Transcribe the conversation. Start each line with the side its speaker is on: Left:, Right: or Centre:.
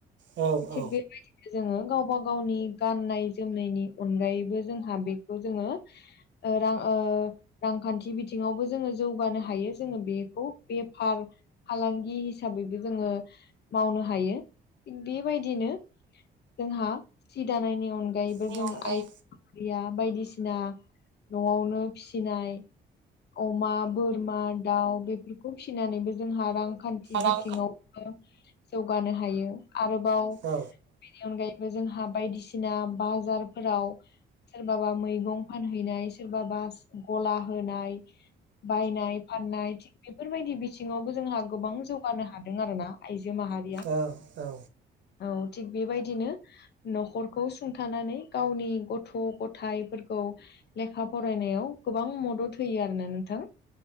Right: औ
Left: थिग
Right: औ
Left: बिदिनो जोङो गावबा गावनि गाननाय जोमनायनि अनगायैबो जोंहा बेखौ जोङो ओ रां ओ रांखानथि बिथिङावबो जोङो जौगानो हायो जोङो बेखौ बेफार फालांगि हिसाबैबो जोङो मावनो हायो थिग बेबायदिनो जोंहा सि दानायनि अनगायैबो
Right: नि
Left: जों
Right: अनगायै
Left: आइदिया बायदिसिना न'आवनो फिसिनाय अमा बोरमा दाउ बेफोरखौ फिसिनानैबो जोंहा रां खानथि
Right: रां
Left: बिथिङावबो जौगानो हायो आरोबाव बेनि
Right: औ
Left: अनगायै बो जोंहा बायदिसिना बाजारफोराव सोरबाबा मैगं फानहैनाय सोरबाबा गला होनाय बायनाय फाननाय थि बेफोरबायदि बिथिङावबो जोंहा गोबां जौगानो हादों आरो ना आइजो माहारि
Right: औ औ
Left: औ थिग बेबायदिनो न'खरखौ सुंथानानै गावनि गथ' गथाइफोरखौ लेखा फरायनायाव गोबां मदद होयो आरोना नोंथां।